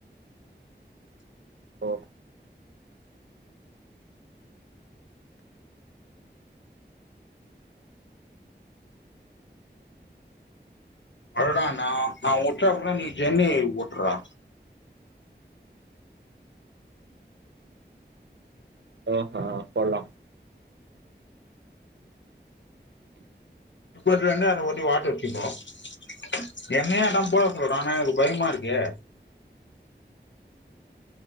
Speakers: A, on the right (about 75°); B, on the left (about 80°).
A: ஓ
B: அடடா நா முடிச்சப்பரோ நீ சென்னை ஒட்டுறா
A: ஆ ஆ போலாம் <inaudible>
B: முப்பத்து ரெண்டு அது ஒட்டி வாட்டர் கிண்ணோ <unintelligible> என்னயு அதா போட சொல்றா ஆனா எனக்கு பயமா இருக்கே